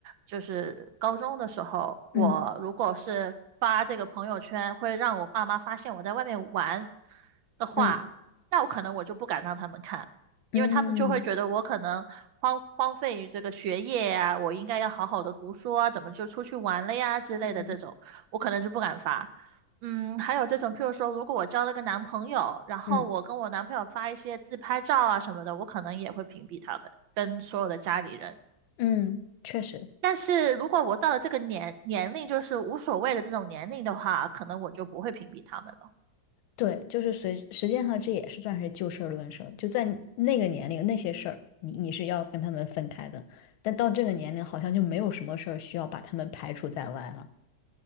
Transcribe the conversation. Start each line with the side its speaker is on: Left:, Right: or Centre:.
Right: 就是高中的时候，我如果是发这个朋友圈，
Left: 嗯
Right: 会让我爸妈发现我在外面玩的话，
Left: 嗯
Right: 那我可能我就不敢让他们看，
Left: 嗯
Right: 因为他们就会觉得我可能荒荒废于这个学业呀、我应该要好好的读书啊，怎么就出去玩了呀之类的这种。
Left: 嗯
Right: 我可能就不敢发。嗯，还有这种，譬如说，如果我交了个男朋友，然后我跟我男朋友发一些自拍照啊什么的，
Left: 嗯
Right: 我可能也会屏蔽他们跟所有的家里人。
Left: 嗯，确实。
Right: 但是如果我到了这个年年龄，就是无所谓的这种年龄的话，可能我就不会屏蔽他们了。
Left: 对，就是随实际上这也是算是就事儿论事儿，就在你那个年龄那些事儿，你你是要跟他们分开的，但到这个年龄好像就没有什么事儿需要把他们排除在外了，